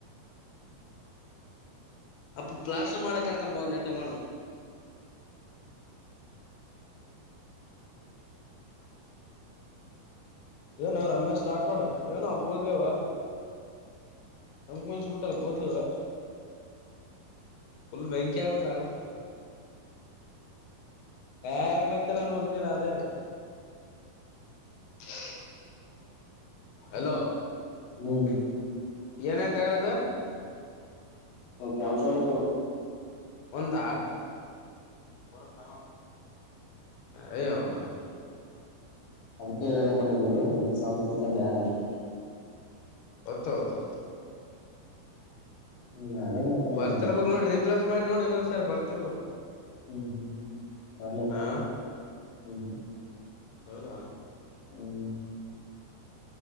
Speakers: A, on the left; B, on the left.
A: ಅಪ್ಪ ಪ್ಲಾಸ್ರ್ ಮಾಡಡಕ್ಕರಕಂಬ ನಟ ಮಾಡಡ <inaudible> ಏನು ರಮೇಶ್ ರಾಠೋಡ್ ಏನೋ ಕೂದ್ಲವ ಅಂಕಂಸ್ ಬಿಟಲ್ ಕೂದಲಿವ ಫುಲ್ ಬ್ಯಾಂಕಿ ಆಯ್ಬಟ್ಟಣ ಹಮ್ಮತ ನಾನು ಮಗ್ನೆ ನದ ಹಾಗ ಹ್ಮ ಹಲೋ
B: ಹ್ಮ್
A: ಏನಾಯ್ತಗದು
B: ಕನ್ಸತ್ತು
A: ಒಂದಾ <inaudible> <unintelligible>
B: ಅದಕ್ಕೆ ಹೇಳಪ್ಪ ನಿಮ್ಗು ಸಂಸ್ಕೃತ ಬ್ಯಾಡ್ ಅಂತ
A: ಅತ್ತುತ್ತುತ್ತು
B: ಹ್ಮ ಅದೇ ಮಾತಾಡವ
A: ಬರ್ತಿರ್ಬೇಕಕ್
B: ನಾನು
A: ನೋಡಿ ರಿಪ್ಲಸ್ ಮಾಡಿ ನೋಡಿ ಇನ್ನೊಂದ್ಸರಿ ಬರ್ತಿರ್ಬೇಕು
B: ಹ್ಮ್ ಹ್ಮ್ ಬರ್ಲದ
A: ಹಾ
B: ಹ್ಮ್ ಹ್ಮ್
A: ಹೌದಾ
B: ಹ್ಮ್